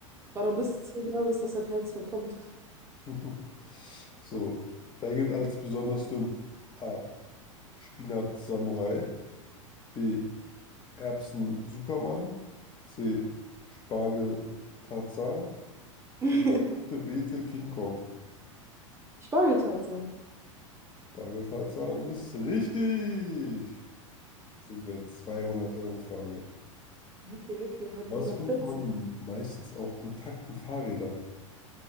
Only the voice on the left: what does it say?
<laughs> So, wer gilt als besonders dünn? A. Spinat Samurai. B. Erbsen Superman. C. Spargel Tarzan.
D. Rote Beete King Kong.
Spargel Tarzan ist richtig. So über 200 Euro Frage.
Was
findet
man meistens auch intakten Fahrrädern?